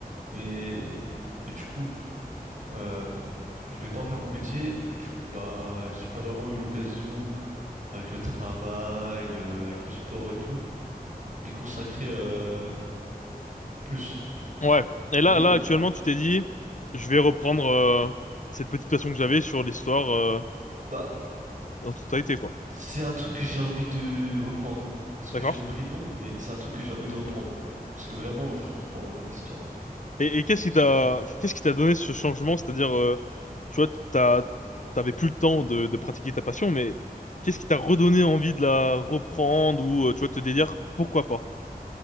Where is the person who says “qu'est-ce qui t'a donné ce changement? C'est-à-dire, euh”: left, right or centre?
Left